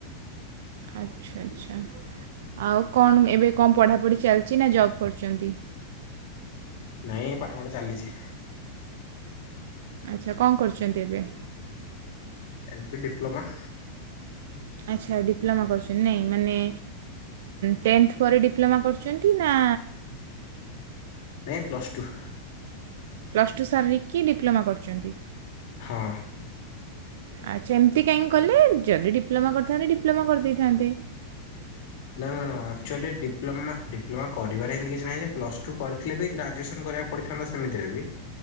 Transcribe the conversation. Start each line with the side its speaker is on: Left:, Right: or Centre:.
Right: ଆଚ୍ଛା ଆଚ୍ଛା ଆଉ କଣ ଏବେ କଣ ପଢ଼ାପଢ଼ି ଚାଲିଚି ନା ଜବ୍ କରୁଚନ୍ତି?
Left: ନାଇଁ ପାଠପଢ଼ା ଚାଲିଚି।
Right: ଆଚ୍ଛା କଁ କରୁଚନ୍ତି ଏବେ?
Left: ଏବେ ଡିପ୍ଲୋମା।
Right: ଆଚ୍ଛା ଡିପ୍ଲୋମା କରୁଛନ୍ତି ନାଇଁ ମାନେ। ଟେନ୍ଥ ପରେ ଡିପ୍ଲୋମା କରୁଛନ୍ତି ନା।
Left: ନାଇଁ ପ୍ଲସ୍ ଟୁ।
Right: ପ୍ଲସ୍ ଟୁ ସାରିକି ଡିପ୍ଲୋମା କରୁଛନ୍ତି।
Left: ହଁ
Right: ଆଚ୍ଛା ଏମିତି କାହିଁକି କଲେ ଯଦି ଡିପ୍ଲୋମା କରିଥାନ୍ତେ ଡିପ୍ଲୋମା କରି ଦେଇଥାନ୍ତେ।
Left: ନା ନା ଆକ୍ଚୁଲି ଡିପ୍ଲୋମା। ଡିପ୍ଲୋମା କରିବାରେ ଏମିତି କିଛି ନାହିଁ ଯେ ପ୍ଲସ୍ ଟୁ କରିଥିଲେ ବି ଗ୍ରାଜୁଏସନ୍ କରିବାକୁ ପଡ଼ିଥାନ୍ତା ସେମିତିରେ ବି।